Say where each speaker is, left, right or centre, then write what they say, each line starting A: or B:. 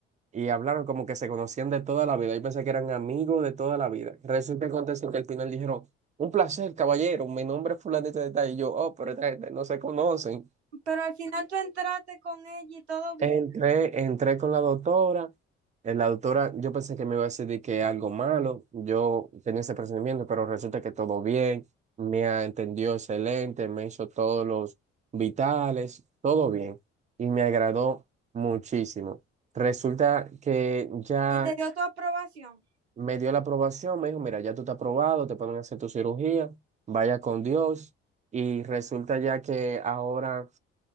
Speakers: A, on the right; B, on the right.
A: y hablaron como que se conocían de toda la vida. Yo pensé que eran amigos de toda la vida. Resulta y acontece que al final dijeron, un placer, caballero, mi nombre es fulanito de tal. Y yo, oh, pero esta gente no se conocen.
B: Pero al final tú entraste con ella y todo bien.
A: Entré, entré con la doctora. eh, La doctora, yo pensé que me iba a decir de que algo malo. Yo tenía ese presentimiento, pero resulta que todo bien. Me a- entendió excelente, me hizo todos los vitales, todo bien. Y me agradó muchísimo. Resulta que ya
B: Y te dio tu aprobación.
A: me dio la aprobación. Me dijo, mira, ya tú estás aprobado, te pueden hacer tu cirugía. Vaya con Dios. Y resulta ya que ahora